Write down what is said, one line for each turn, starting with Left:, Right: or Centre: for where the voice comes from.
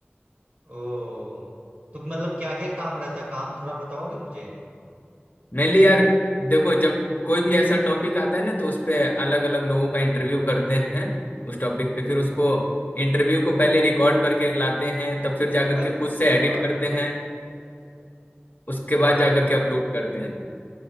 Right: ओ तो मतलब क्या क्या काम रहता है काम थोड़ा बताओगे मुझे
Left: मेनली यार देखो जब कोई भी ऐसा टॉपिक आता है ना तो उस पे अलग अलग लोगों का इंटरव्यू करते हैं उस टॉपिक पे फिर उसको इंटरव्यू को पहले रिकॉर्ड करके लाते हैं तब फिर जा करके
Right: अच्छा
Left: खुद से एडिट करते हैं उसके
Right: वाह
Left: बाद जा करके अपलोड करते हैं